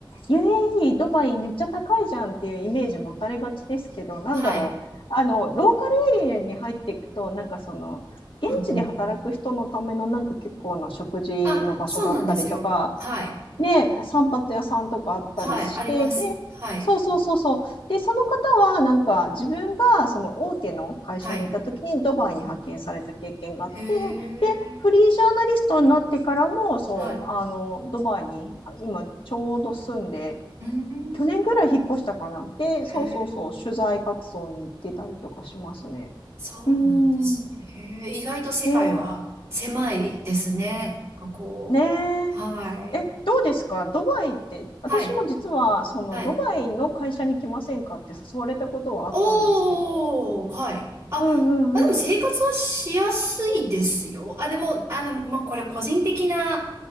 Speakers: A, on the left; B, on the right.
A: UAE、ドバイめっちゃ高いじゃんっていうイメージ持たれがちですけど、なんだろう、
B: はい。
A: あの、ローカルエリアに入っていくと、なんかその、現地で働く人のためのなんか結構な食事の場所だったりとか、
B: うんうんあ、そうなんですよ。はい。
A: で、散髪屋さんとかあったりして、
B: はい。あります。
A: で、
B: はい。
A: そうそうそうそう。で、その方は、なんか、自分が、その大手の会社にいた時に、
B: はい。
A: ドバイに派遣された経験があって、
B: へえ。
A: で、フリージャーナリストになってからも、そう、
B: はい。
A: あの、ドバイに、あ今、ちょうど住んで、
B: うーん。
A: 去年ぐらい引っ越したかな。で、
B: へえ。
A: そうそうそう、取材活動に行ってたりとかしますね。
B: そうなんですね。
A: うーん。
B: へえ。意外と世界は狭いですね。
A: えー
B: なんかこう。
A: ねえ。
B: はい。
A: え、どうですかドバイって、私も実は、
B: はい。
A: その、
B: はい。
A: ドバイの会社に来ませんかって誘われたことはあったんですけど、
B: おー、はい。あ、
A: うんうんうん。
B: まあ、でも生活はしやすいですよ。あ、でも、あの、まあ、これ個人的な、